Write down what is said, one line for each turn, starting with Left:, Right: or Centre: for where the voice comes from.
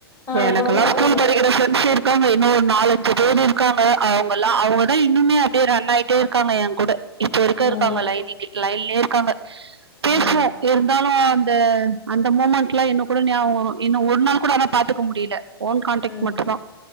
Left: ஆ
Right: எனக்கெல்லா
Left: இப்ப வந்து பாத்தீங்கன்னா
Right: ஸ்கூல் படிக்கிற ஃப்ரண்ட்ஸ் இருக்காங்க என்ன ஒரு நாலஞ்சு பேரு இருக்காங்க அவங்கலா அவங்கதா இன்னுமே அப்டியே ரன் ஆயிட்டேயிருக்காங்க ஏ கூட இப்ப இருக்கா
Left: ம்
Right: இருக்காங்க லைன்க் லைன்லியே காங்க பேசுவோ
Left: ம்
Right: இருந்தாலு த அந்த மொமெண்ட்லா இன்னு கூட நியவோ வரு இன்னு ஒரு நாள் கூட ஆனா பாத்துக்க முடியல ஓன் கான்டக்ட்
Left: ம் ம்
Right: மட்டுதா